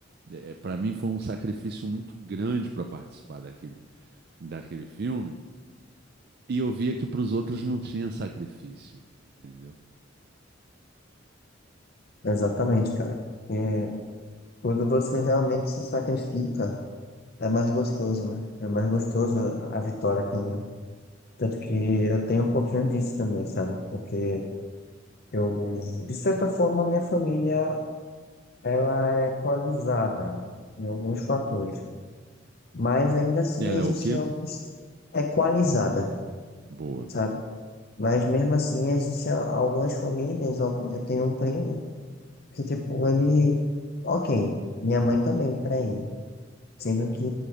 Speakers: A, on the right; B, on the left.
A: É, para mim foi um sacrifício muito grande para participar daquele, daquele filme. E eu via que para os outros não tinha sacrifício, entendeu?
B: Exatamente, cara. Porque quando você realmente se sacrifica. É mais gostoso, né? É mais gostoso a vitória quando. Tanto que eu tenho um pouquinho disso também, sabe? Porque eu, de certa forma, a minha família, ela é equalizada em alguns fatores. Mas ainda assim
A: Ela
B: existem
A: é o quê?
B: alguns é equalizada,
A: Boa.
B: sabe? Mas mesmo assim existem algumas famílias, algum- eu tenho um primo que, tipo, ele. Ok, minha mãe também, pra ele. Sendo que